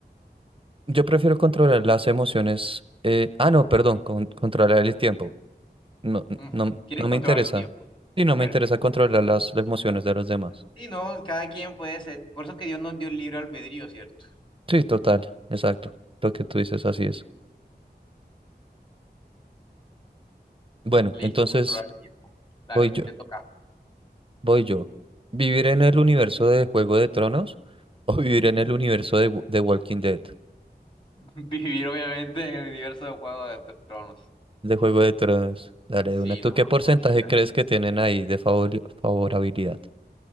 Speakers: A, on the right (about 30°); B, on the left (about 30°).
A: Yo prefiero controlar las emociones. eh, ah, no, perdón, con- controlar el tiempo. No,
B: Ujú.
A: no,
B: Quieres
A: no
B: controlar
A: me interesa.
B: el tiempo.
A: Sí, no me
B: Perfecto.
A: interesa controlar las emociones de los demás.
B: Sí, no, cada quien puede ser. Por eso que Dios nos dio el libre albedrío, ¿cierto?
A: Sí, total, exacto. Lo que tú dices, así es. Bueno,
B: Listo,
A: entonces
B: controlar el tiempo. Dale,
A: voy yo,
B: te toca.
A: voy yo. ¿Vivir en el universo de Juego de Tronos o vivir en el universo de, Wa- de Walking Dead?
B: <laughs> Vivir, obviamente, en el universo de Juego de Tronos.
A: de Juego de Tronos. Dale,
B: Sí,
A: de una. ¿Tú
B: no,
A: qué porcentaje
B: imagínate.
A: crees que tienen ahí de favori- favorabilidad?